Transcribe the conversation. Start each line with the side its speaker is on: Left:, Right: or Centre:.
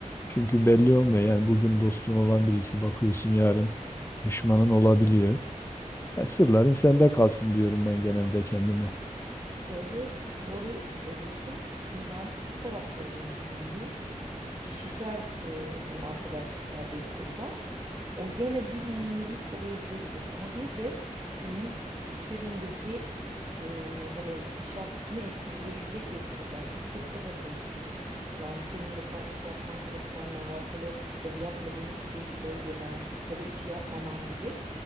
Left: Çünkü belli olmuyor. Yani bugün dostun olan birisi bakıyorsun yarın düşmanın olabiliyor. Ya sırların sende kalsın diyorum ben genelde kendime.
Right: Öyle çok doğru söylüyorsun. Şimdi ben iki taraflı olduğunu düşünüyorum. Bir kişisel e, hani arkadaşlıklar, dedikodular o gene bir nevi kabul edilebilir. Ama bir de senin iş yerindeki e, hani iş akdini etkileyebilecek dedikodular bu çok daha tehlikeli. Yani senin mesela iş yapman kalitenle alakalı ya da yapmadığın bir şeyi söylemen ya da işi yapmaman gibi